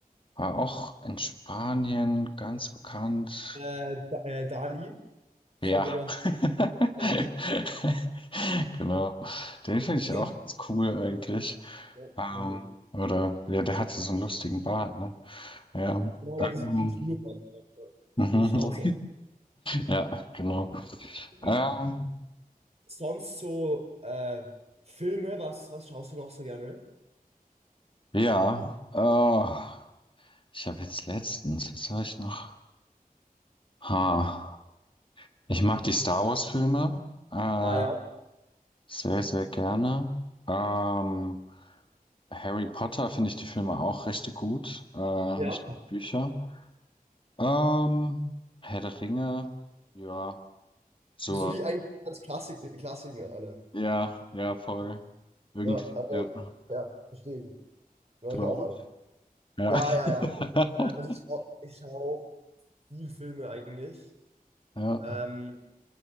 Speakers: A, on the left; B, on the right.
A: War auch in Spanien ganz bekannt.
B: Äh, da, äh, Dali, Salvador
A: Ja.
B: Dali. Äh,
A: <laughs> Genau. Den finde ich
B: ja,
A: auch ganz cool eigentlich.
B: ja,
A: Ähm,
B: ja.
A: oder ja, der hatte so einen lustigen Bart, ne? Ja.
B: genau, das
A: Ähm,
B: ist ein Schnurrbart, äh, so
A: Mhm.
B: ein Schnauzer.
A: Ja, genau.
B: Äh,
A: Ähm,
B: Sonst so äh, Filme, was, was schaust du noch so gerne?
A: ja, äh, ich habe jetzt letztens, was habe ich noch? Ha, ich mag die Star Wars-Filme äh,
B: Ah ja,
A: sehr, sehr gerne. Ähm, Harry Potter finde ich die Filme auch richtig gut, äh,
B: ja.
A: nicht die Bücher. Ähm, Herr der Ringe, ja, so,
B: So die eigentlich ganz Klassik Klassiker alle.
A: ja, ja, voll. Irgendwie,
B: Ja, aber,
A: ja.
B: ja, verstehe. Höre
A: Du
B: ich
A: auch?
B: auch alle.
A: Ja.
B: Ja, ja,
A: <laughs>
B: ja. Ähm, also ich schaue ich schau viel Filme eigentlich.
A: Ja,
B: Ähm,